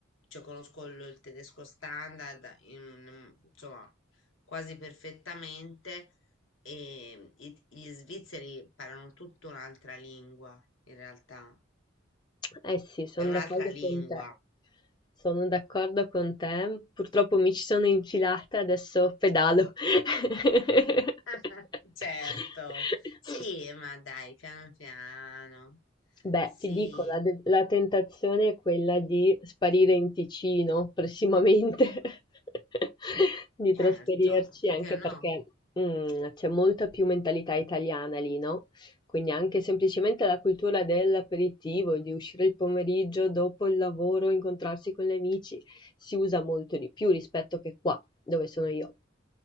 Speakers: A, on the left (about 75°); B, on the left (about 20°).
A: cioè conosco il il tedesco standard, in- insomma quasi perfettamente e i- gli svizzeri parlano tutta un'altra lingua, in realtà.
B: Eh sì, son
A: È un'altra
B: d'accordo
A: lingua.
B: con te. Sono d'accordo con te. Purtroppo mi ci sono infilata, adesso pedalo. <laughs>
A: <laughs> Certo, sì, ma dai, piano piano.
B: Beh,
A: Sì,
B: ti dico, la de la tentazione è quella di sparire in Ticino prossimamente, <laughs> di
A: certo,
B: trasferirci,
A: perché
B: anche
A: no?
B: perché, mhmm, c'è molta più mentalità italiana lì, no, quindi anche semplicemente la cultura dell'aperitivo, di uscire il pomeriggio dopo il lavoro, incontrarsi con gli amici si usa molto di più rispetto che qua, dove sono io.